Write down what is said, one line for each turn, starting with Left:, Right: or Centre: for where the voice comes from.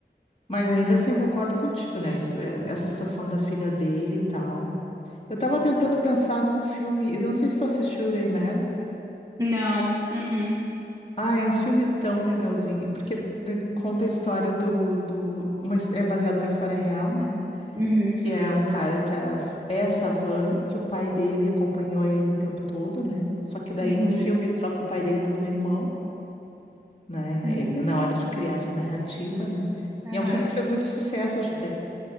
Left: mas ainda assim eu concordo contigo, né? Isso, é- essa situação da filha dele e tal. Eu tava tentando pensar num filme, eu não sei se tu assistiu Rain Man.
Right: Não. Uhum.
Left: Ah, é um filme tão legalzinho, porque eh, conta a história do, do uma, his- é baseado numa história real, né?
Right: Uhum.
Left: que é um cara que era essa van e que o pai dele acompanhou ele o tempo todo, né? Só que daí
Right: Uhum.
Left: no filme ele troca o pai dele por um irmão, né?
Right: Uhum.
Left: Ele- Na hora de criar essa narrativa, né?
Right: Aham.
Left: E é um filme que fez muito sucesso, acho até que